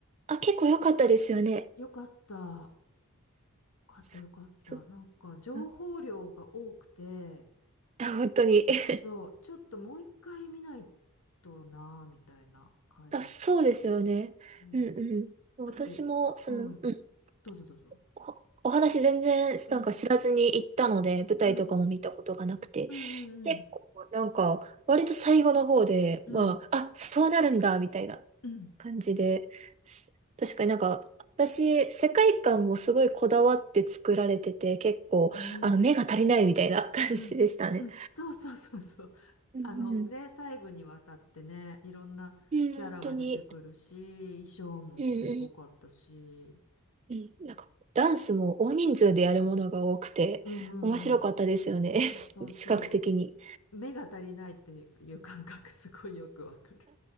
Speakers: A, on the right; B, on the left.
A: あ、結構良かったですよね。
B: よかった。よかった、
A: そ、
B: よかった。
A: そ、
B: なんか情報量が多くて、
A: うんあ、本当に。<laughs>
B: そう、ちょっともう一回見ないとな、みたいな感じ。
A: あ、そうですよね。
B: うん、
A: うんうん。
B: だって、
A: 私も、その、
B: うん、
A: うん
B: どうぞどうぞ。
A: お、お話全然なんか知らずに行ったので、
B: うん、
A: 舞台とかも見たことがなくて、
B: うん、うん、
A: 結構なんか割と最後の方で、
B: うん、うん、
A: まあ、あ、そうなるんだみたいな
B: うん、うん、
A: 感じで、す確かになんか私、世界観もすごいこだわって作られてて、結構あの目が足りないみたいな感じでしたね。
B: うん、うん、うんそうそうそうそう。
A: うんうん。
B: あのね、細部にわたってね、いろんなキャラが出てくるし、
A: うん、本当に。
B: 衣装もすごかったし、
A: うんうんうん。なんかダンスも大人数でやるものが多くて面白かったですよね。
B: うんうんうん。そうそうそ
A: <laughs> 視覚的に。
B: う。目が足りないっていう感覚すごいよくわかる。